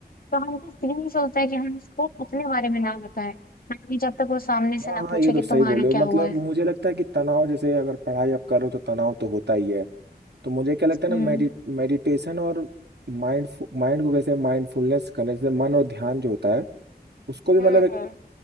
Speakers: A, on the left; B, on the right.
A: तो हम बस यही सोचते हैं कि हम उसको अपने बारे में ना बताएं ताकि जब तक वो सामने से
B: हाँ
A: ना
B: हाँ
A: पूछे
B: ये तो
A: कि
B: सही
A: तुम्हारा
B: बोले हो
A: क्या
B: मतलब
A: हुआ है
B: मुझे लगता है कि तनाव जैसे अगर पढ़ाई आप करो तो तनाव तो होता ही है तो मुझे क्या लगता है ना
A: हम्म
B: मेडि मेडिटेशन और माइंड माइंड को कैसे माइंडफुलनेस करने जैसे मन और ध्यान जो होता है उसको भी मतलब
A: हम्म
B: एक
A: हम्म।